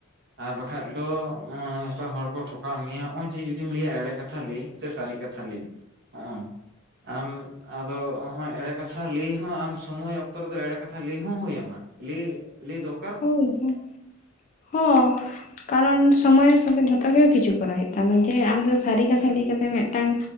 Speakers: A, on the right (about 50°); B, on the left (about 35°).
A: ᱟᱨ ᱵᱟᱠᱷᱟᱡ ᱫᱚ ᱚ ᱱᱚᱝᱠᱟ ᱦᱚᱲ ᱠᱚ ᱴᱷᱚᱠᱟᱣ ᱢᱮᱭᱟ ᱱᱚᱜ-ᱚᱸᱭ ᱡᱮ ᱡᱩᱫᱤᱢ ᱞᱟᱹᱭᱟ ᱮᱲᱮ ᱠᱟᱛᱷᱟ ᱞᱟᱹᱭ ᱥᱮ ᱥᱟᱨᱤ ᱠᱟᱛᱼᱼ ᱠᱷᱟᱞᱤ ᱭᱟᱜ ᱦᱚᱸᱜ-ᱚᱸᱭᱼᱼ ᱟᱢ ᱟᱫᱚ ᱦᱚᱸᱜ-ᱚᱭ ᱮᱲᱮ ᱠᱟᱛᱷᱟ ᱞᱟᱹᱭ ᱦᱚᱸ ᱟᱢ ᱥᱚᱢᱚᱭ ᱚᱠᱛᱚ ᱨᱮᱫᱚ ᱮᱲᱮ ᱠᱟᱛᱷᱟ ᱞᱟᱹᱭ ᱦᱚᱸ ᱦᱩᱭ ᱟᱢᱟ᱾ ᱞᱟᱹᱭ ᱞᱟᱹᱭ ᱫᱚᱨᱼᱼ
B: ᱦᱳᱭ ᱦᱮᱸ ᱦᱚ᱾ ᱠᱟᱨᱚᱱ ᱥᱚᱢᱚᱭ ᱥᱟᱛᱮ ᱡᱷᱚᱛᱚ ᱜᱮ ᱠᱤᱪᱷᱩ ᱠᱚᱨᱟᱣ ᱦᱩᱭᱩᱜ ᱛᱟᱢᱟ ᱡᱮ ᱟᱢ ᱫᱚ ᱥᱟᱨᱤ ᱠᱟᱛᱷᱟ ᱞᱟᱹᱭ ᱠᱟᱛᱮᱜ ᱢᱮᱜᱴᱟᱝᱼᱼ